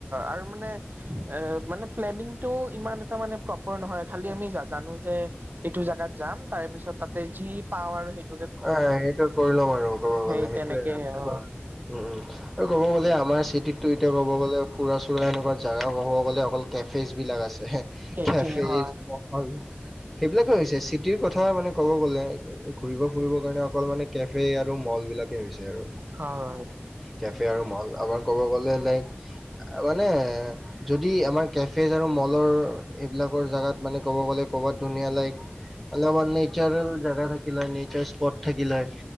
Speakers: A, on the right; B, in the centre.
A: আৰু মানে এ মানে প্লেনিংটো ইমান এটা মানে প্ৰপাৰ নহয় খালি আমি জানো যে এইটো জাগাত যাম তাৰে পিছত তাতে যি পাওঁ আৰু সেই
B: অ সেইটো কৰি ল'ম আৰু ক'ব
A: সেই
B: গ'লে সেইটোয়ে
A: তেনেকে
B: আৰু সেনেকুৱা
A: অ
B: আৰু উম উম আৰু ক'ব গ'লে আমাৰ চিটিতটো এতিয়া ক'ব গ'লে ফুৰা চুৰা এনেকুৱা জাগা ক'ব গ'লে অকল কেফেজ বিলাক আছে হে
A: কেফে
B: কেফেজ
A: হয়
B: ইছ মক সেইবিলাকে হৈছে চিটিৰ কথা মানে ক'ব গ'লে ঘুৰিব ফুৰিব কাৰণে অকল মানে কেফে আৰু ম'ল বিলাকে হৈছে আৰু
A: হয়
B: কেফে আৰু মল আমাৰ ক'ব গলে লাইক মানে যদি আমাৰ কেফেজ আৰু ম'লৰ এইবিলাকৰ জেগাত মানে ক'ব গ'লে ক'ৰবাত ধুনীয়া লাইক অলমান নেচাৰেল জাগা থাকিল হয়। স্পট থাকিলে হয়